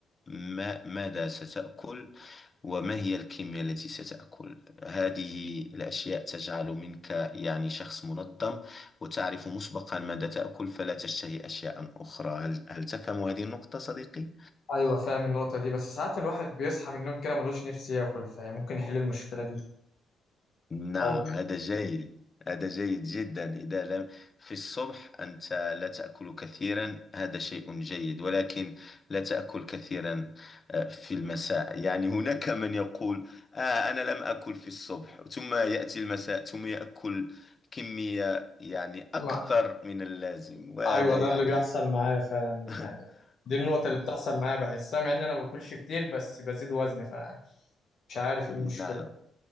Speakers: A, on the left (about 30°); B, on the left (about 55°).
A: ما ماذا ستأكل وما هي الكمية التي ستأكل هذه الأشياء تجعل منك يعني شخص منظم وتعرف مسبقا ماذا تأكل فلا تشتهي أشياء أخرى هل هل تفهم هذه النقطة صديقي؟
B: أيوة فاهم النقطة دي بس ساعات الواحد بيصحى من النوم كده ملوش نفس ياكل فهي ممكن يحل المشكلة دي
A: نعم
B: أو
A: هذا جيد هذا جيد جدا إذا لم في الصبح أنت لا تأكل كثيرا هذا شيء جيد ولكن لا تأكل كثيرا آه، في المساء يعني هناك من يقول آه أنا لم أكل في الصبح ثم يأتي المساء ثم يأكل كمية يعني أكثر
B: ما.
A: من اللازم وهذا
B: <laughs> أيوة ده
A: يعني
B: اللي بيحصل معايا فعلا
A: <laughs>
B: يعني دي النقطة اللي بتحصل معايا بحسها مع إن أنا ما باكلش كتير بس بزيد وزني فمش عارف إيه المشكلة
A: نعم